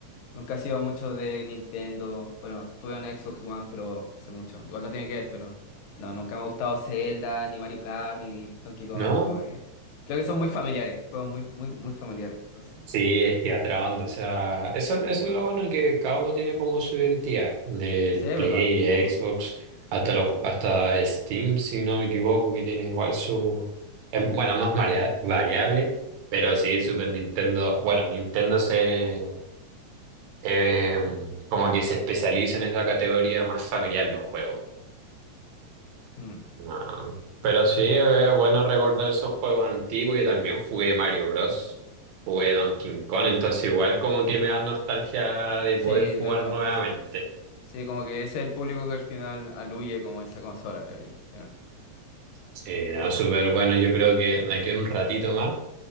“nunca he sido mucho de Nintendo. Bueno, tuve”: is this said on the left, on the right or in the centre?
Left